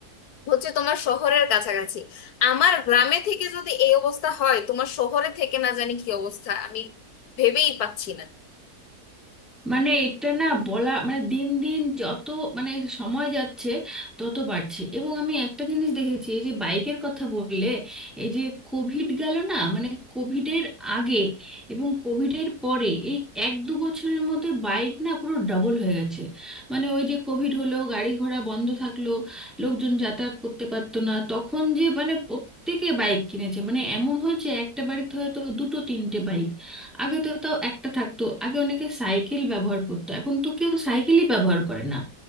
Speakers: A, on the left; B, in the centre.
A: হচ্ছে তোমার শহরের কাছাকাছি আমার গ্রামে থেকে যদি এই অবস্থা হয় তোমার শহরে থেকে না জানি কি অবস্থা আমি ভেবেই পাচ্ছি না
B: মানে এটা না বলা মানে দিন দিন যত মানে সময় যাচ্ছে তত বাড়ছে এবং আমি একটা জিনিস দেখেছি এই যে বাইকের কথা বললে এই যে কোভিড গেল না মানে কোভিডের আগে এবং কোভিডের পরে এই এক দু বছরের মধ্যে বাইক না পুরো ডাবল হয়ে গেছে মানে ওই যে কোভিড হলো গাড়ি ঘোড়া বন্ধ থাকলো লোকজন যাতায়াত করতে পারতো না তখন যে মানে প্রত্যেকে বাইক কিনেছে মানে এমন হয়েছে একটা বাড়িতে হয়তো দুটো তিনটে বাইক আগে তো তাও একটা থাকতো আগে অনেকে সাইকেল ব্যবহার করতো এখন তো কেউ সাইকেলই ব্যবহার করে না